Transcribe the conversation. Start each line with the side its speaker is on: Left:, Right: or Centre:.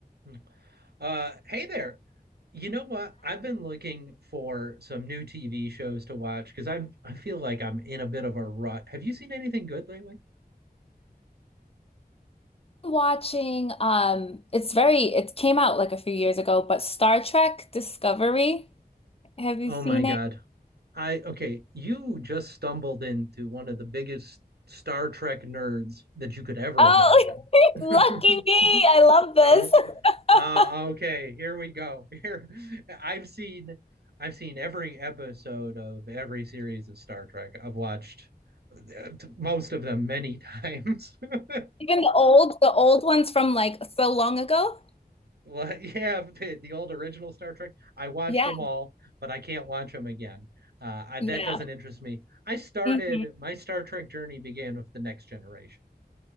Right: Hmm. Uh, hey there. You know what? I've been looking for some new TV shows to watch because I I feel like I'm in a bit of a rut. Have you seen anything good lately?
Left: watching um it's very it came out like a few years ago but Star Trek Discovery have you
Right: Oh
Left: seen
Right: my God.
Left: it
Right: I okay, you just stumbled into one of the biggest Star Trek nerds that you could ever
Left: oh
Right: imagine.
Left: <laughs>
Right: <laughs>
Left: lucky me I love this
Right: stuff.
Left: <laughs>
Right: Uh, okay, here we go. <laughs> Here, I've seen, I've seen every episode of every series of Star Trek. I've watched uh, most of them many times. <laughs>
Left: even the old the old ones from like so long ago
Right: well, yeah, the, the old original Star Trek. I watched
Left: yeah
Right: them all, but I can't watch them again. Uh, I,
Left: yeah
Right: that doesn't interest me. I started
Left: hmm
Right: my Star Trek journey began with the Next Generation.